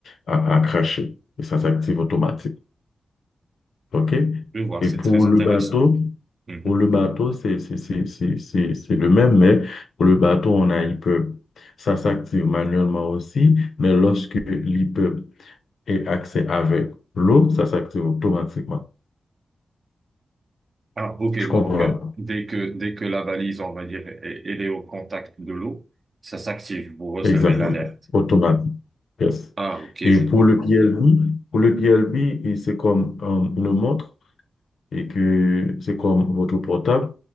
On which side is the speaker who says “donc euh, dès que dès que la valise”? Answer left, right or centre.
Right